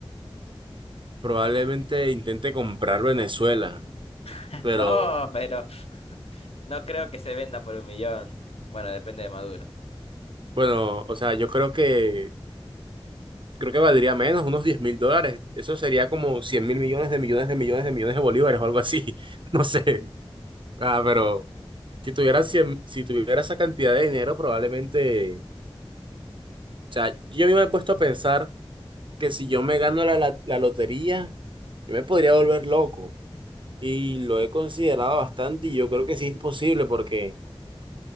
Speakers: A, on the right; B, on the left.
A: probablemente intente comprar Venezuela,
B: <laughs>
A: pero
B: No, pero no creo que se venda por un millón. Bueno, depende de Maduro.
A: bueno, o sea, yo creo que creo que valdría menos, unos diez mil dólares. Eso sería como 100 mil millones de millones de millones de millones de bolívares o algo así. <laughs> No sé. Ah, pero si tuviera 100, si tuviera esa cantidad de dinero, probablemente, o sea, yo mismo me he puesto a pensar que si yo me gano la, la, la lotería, yo me podría volver loco. Y lo he considerado bastante y yo creo que sí es posible porque